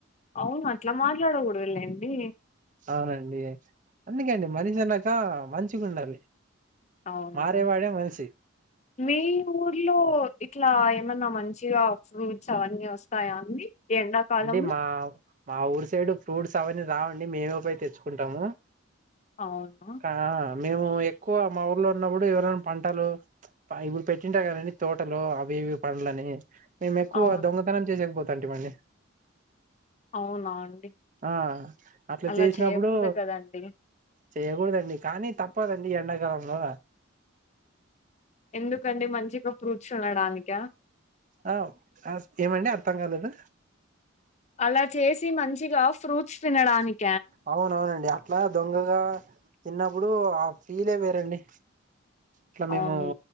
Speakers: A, on the left; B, on the right.
A: అవును అట్లా మాట్లాడ కొడాదు లెండి.
B: అవునండి. ఎందుకు అండి మనిష లాగ ఆ మంచిగా ఉండాలి.
A: అవునను
B: మారేవాడే మనిషి
A: మీ ఊర్లో ఇట్లా ఏమన్నా మంచి మంచిగా ఫ్రూట్స్ అవన్నీ వస్తాయా అండి. ఈ ఎండాకాలంలో?
B: అంటే మా మా ఊరు సైడ్ ఫ్రూట్స్ అవన్నీ రావండి. మేమే పోయ్ తెచ్చుకుంటాము.
A: అవునా
B: కా మేము ఎక్కువ మా ఊర్లో ఉన్నప్పుడు ఎవరైనా పంటలు ఇప్పుడు పెట్టింటా కాదండి. తోటలు అవి ఇవి పంటలని మేం ఎక్కువ
A: అవును.
B: దొంగతనం చేసేకపోతాం తంటి మన్ని
A: అవునా అండి?
B: ఆ అట్లా
A: అలా
B: చేసినప్పుడు
A: చేయకూడదు కదండీ.
B: చేయకూడదండి. కానీ తప్పు తప్పదండి. ఎండాకాలంలో
A: ఎందుకండి. మంచిగా ఫ్రూట్స్ ఉండడానిక
B: ఆ ఏమండి అర్థం కాలేదు.
A: అలా చేసి మంచిగా ఫ్రూట్స్ తినడానికి
B: అవునవునండి అట్లా దొంగగా తిన్నప్పుడు ఆ ఫీలే వేరండి ఇలా మేము
A: అవును.